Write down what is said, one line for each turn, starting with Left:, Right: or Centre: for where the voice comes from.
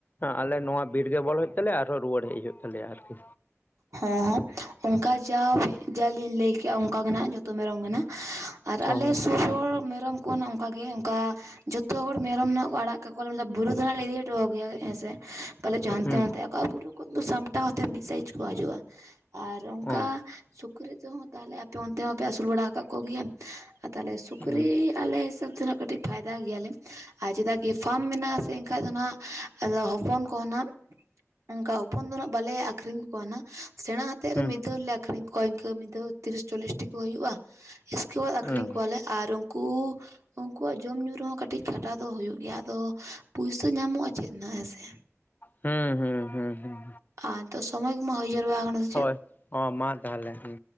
Left: ᱟᱞᱮ ᱱᱚᱣᱟ ᱵᱤᱨ ᱜᱮ ᱵᱚᱞᱚ ᱛᱟᱞᱮᱭᱟ ᱟᱨ ᱦᱚᱸ ᱨᱩᱭᱟᱹᱲ ᱦᱮᱡ ᱦᱩᱭᱩᱜ ᱛᱟᱞᱮᱭᱟ ᱟᱨᱠᱤ᱾
Right: ᱦᱮᱸ ᱦᱮᱸ ᱚᱜᱠᱟ ᱡᱟᱣ ᱡᱟ ᱞᱤᱧ ᱞᱟᱹᱭᱠᱮᱜᱼᱟ ᱚᱝᱠᱟ ᱜᱮ ᱱᱟᱜ ᱡᱷᱚᱛᱚ ᱢᱮᱨᱚᱢ ᱜᱮ ᱱᱟᱜ ᱟᱨ
Left: ᱦᱩᱸ
Right: ᱟᱞᱮ ᱥᱩᱨ ᱦᱚᱲ ᱢᱮᱨᱚᱢ ᱠᱚ ᱱᱟᱜ ᱚᱝᱠᱟ ᱜᱮ ᱚᱱᱠᱟ ᱡᱷᱚᱛᱚ ᱦᱚᱲ ᱢᱮᱨᱚᱢ ᱱᱟᱜ ᱠᱚ ᱟᱲᱟᱜ ᱠᱟᱠᱚ <inaudible> ᱵᱩᱨᱩ ᱫᱚ ᱦᱟᱸᱜ ᱞᱮ ᱤᱫᱤ ᱦᱚᱴᱚ ᱠᱟᱠᱚ ᱜᱮᱭᱟ ᱦᱮᱸ ᱥᱮ ᱯᱚᱞᱮᱫ ᱪᱚ
Left: ᱦᱩᱸ
Right: ᱦᱟᱱᱛᱮ ᱱᱟᱛᱮ ᱟ ᱠᱚ ᱟᱨ ᱵᱩᱨᱩ ᱠᱩᱫ ᱫᱚ ᱥᱟᱢᱴᱟᱣ ᱟᱛᱮᱫ ᱢᱤᱫ ᱥᱟᱭᱤᱡ ᱠᱚ ᱦᱤᱡᱩᱜᱼᱟ ᱾ ᱟᱨ ᱚᱝᱠᱟ
Left: ᱦᱩᱸ
Right: ᱥᱩᱠᱨᱤ ᱛᱮ ᱦᱚᱸ ᱛᱟᱦᱚᱞᱮ ᱟᱯᱮ ᱚᱱᱛᱮ ᱦᱚᱸᱯᱮ ᱟᱥᱩᱞ ᱵᱟᱲᱟ ᱠᱟᱜ ᱠᱚ ᱜᱮᱭᱟ? ᱟᱨ ᱛᱟᱦ ᱚᱞᱮ ᱥᱩᱠᱨᱤ
Left: ᱦᱩᱸ
Right: ᱟᱞᱮ ᱦᱤᱥᱟᱹᱵᱽ ᱛᱮᱦᱱᱟᱜ ᱠᱟᱹᱴᱤᱡ ᱯᱷᱟᱭᱫᱟ ᱜᱮᱭᱟᱞᱮ ᱟᱨ ᱪᱮᱫᱟᱜ ᱠᱤ ᱯᱷᱟᱨᱢ ᱢᱮᱱᱟᱜ-ᱟ ᱥᱮ, ᱠᱷᱟᱡ ᱫᱚ ᱱᱟᱜ ᱟᱫᱚ ᱦᱚᱯᱚᱱ ᱠᱚ ᱦᱚᱸ ᱱᱟᱜ ᱚᱝᱠᱟ ᱦᱚᱯᱚᱱ ᱫᱚ ᱱᱟᱜ ᱵᱟᱞᱮ ᱟᱹᱠᱷᱨᱤᱧ ᱠᱚᱣᱟ ᱱᱟᱜ ᱥᱮᱬᱟ ᱦᱟᱛᱮᱫ
Left: ᱦᱩᱸ
Right: ᱨᱮ ᱢᱤᱫ ᱫᱷᱟᱣ ᱞᱮ ᱟᱠᱷᱨᱤᱧ ᱠᱚᱣᱟ ᱤᱝᱠᱟᱹ ᱢᱤᱫ ᱫᱷᱟᱣ ᱛᱤᱨᱤᱥ ᱪᱚᱞᱞᱤᱥ ᱴᱤ ᱠᱚ ᱦᱩᱭᱩᱜᱼᱟ, ᱤᱥᱠᱮ ᱵᱟᱫᱽ ᱟᱠᱷᱨᱤᱧ
Left: ᱦᱩᱸ
Right: ᱠᱚᱣᱟᱞᱮ ᱟᱨ ᱩᱱ ᱠᱩ ᱩᱱᱠᱩᱣᱟᱜ ᱡᱚᱢ ᱧᱩ ᱨᱮ ᱦᱚᱸ ᱠᱟᱹᱴᱤᱡ ᱠᱷᱟᱴᱟᱣ ᱫᱚ ᱦᱩᱭᱩᱜ ᱜᱮᱭᱟ ᱟᱫᱚ ᱯᱩᱭᱥᱟᱹ ᱧᱟᱢᱚᱜᱼᱟ ᱪᱮᱫ ᱱᱟᱜ ᱦᱮᱸ ᱥᱮ?
Left: ᱦᱩᱸ ᱦᱩᱸ ᱦᱩᱸ ᱦᱩᱸ,
Right: ᱟᱨ ᱛᱚ ᱥᱚᱢᱚᱭ ᱠᱚᱢᱟ ᱦᱳᱭ ᱡᱟᱨᱣᱟ ᱠᱟᱱᱟ ᱾
Left: ᱦᱳᱭ, ᱚ ᱢᱟ ᱛᱟᱦᱚᱞᱮ ᱦᱮᱸ